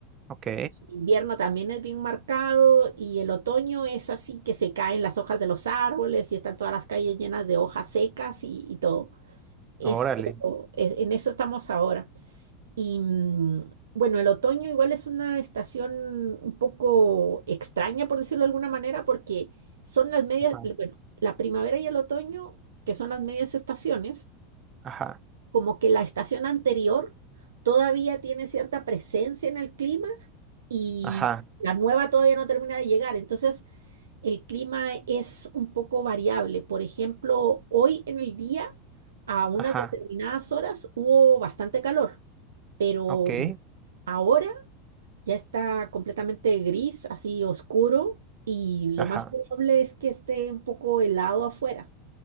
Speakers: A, on the right (about 35°); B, on the right (about 80°).
A: ok,
B: invierno también es bien marcado y el otoño es así que se caen las hojas de los árboles y están todas las calles llenas de hojas secas y, y todo. Eso,
A: órale.
B: es- en eso estamos ahora. Y mm, bueno, el otoño igual es una estación un poco extraña, por decirlo de alguna manera, porque son las medias,
A: Ajá,
B: l- bueno, la primavera y el otoño, que son las medias estaciones,
A: ajá,
B: como que la estación anterior todavía tiene cierta presencia en el clima y
A: ajá,
B: la nueva todavía no termina de llegar. Entonces, el clima es un poco variable. Por ejemplo, hoy en el día, a unas
A: ajá,
B: determinadas horas, hubo bastante calor, pero...
A: ok,
B: Ahora ya está completamente gris, así oscuro, y lo
A: ajá.
B: más probable es que esté un poco helado afuera.